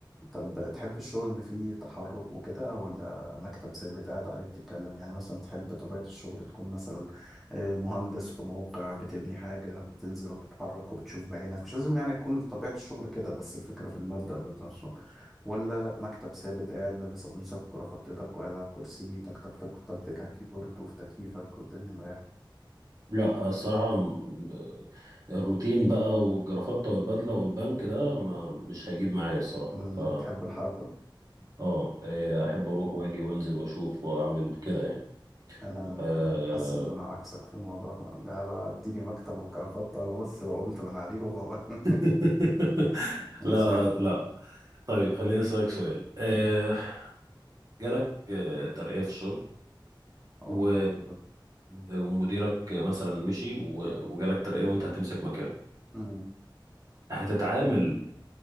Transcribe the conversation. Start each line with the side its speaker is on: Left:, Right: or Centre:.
Centre: طب تحب الشغل اللي فيه تحرك وكده ولا مكتب ثابت قاعد عليه بتتكلم يعني مثلا تحب طبيعة الشغل تكون مثلا آه، مهندس في موقع بتبني حاجة بتنزل وبتتحرك وبتشوف بعينك مش لازم يعني تكون طبيعة الشغل كده بس الفكرة في المبدأ ذات نفسه ولا مكتب ثابت قاعد لابس قميصك وكرافتتك وقاعد على الكرسي تك تك تك تك تك على الكيبورد وفي تكييفك والدنيا مريحة
Right: لا الصراحة م- الروتين بقى والجرافطة والبدلة والبنك ده ما مش هيجيب معايا الصراحة
Centre: أمم،
Right: ف
Centre: تحب الحركة
Right: اه إيه، احب اروح واجي وانزل واشوف واعمل كده يعني
Centre: انا
Right: أه
Centre: حاسس ان انا عكسك في الموضوع ده لا بقى اديني مكتب وكرافته انا بص لو قمت من عليهم
Right: <laughs>
Centre: <laughs> عزازة
Right: لا لا لا طيب خليني اسالك سؤال آه،
Centre: أمم.
Right: جالك آه، ترقيه في الشغل
Centre: اه
Right: و...
Centre: الحمد لله أمم.
Right: آه، ومديرك مثلا مشي و... وجالك ترقيه وانت هتمسك مكانه
Centre: أمم.
Right: هتتعامل